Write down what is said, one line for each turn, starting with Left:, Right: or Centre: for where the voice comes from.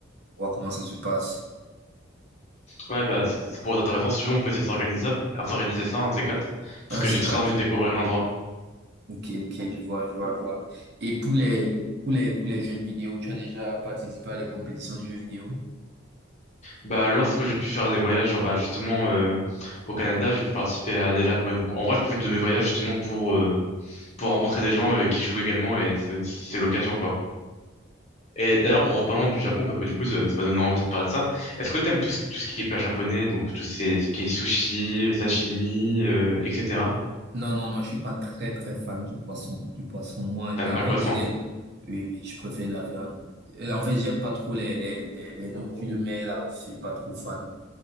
Right: voir comment ça se passe.
Left: Ouais, bah, ça, ça pourrait être intéressant. Si tu veux, on peut essayer de s'organiser, ça- à s'organiser ça, un de ces quatre. Parce
Right: Un
Left: que
Right: de ces
Left: j'ai très
Right: quatre.
Left: envie de découvrir l'endroit.
Right: Ok, ok, je vois, je vois, je vois. Et pour les, pour les, pour les jeux de vidéo, tu as déjà participé à des compétitions de jeux vidéo?
Left: Bah, lorsque j'ai pu faire des voyages, genre, bah, justement, euh, au Canada, j'ai pu participer à des ouais. Donc, en vrai, je profite de mes voyages, justement, pour, euh, pour rencontrer des gens, euh, qui jouent également, et c'est c'est l'occasion, quoi. Et d'ailleurs, en reparlant du Japon, parce que du coup, ça ça m'a donné envie de parler de ça. Est-ce que t'aimes tout ce, tout ce qui est plat japonais, donc tout ce ce qui est sushi, sashimi, euh, etc.
Right: Non, non, non, je suis pas très, très fan du poisson. Du poisson, moi,
Left: T'aimes
Right: en
Left: pas le
Right: fait,
Left: poisson?
Right: des, des- oui, oui, je préfère la viande. Euh, En fait, j'aime pas trop les, les, les, les nourritures de mer, là. Je suis pas trop fan.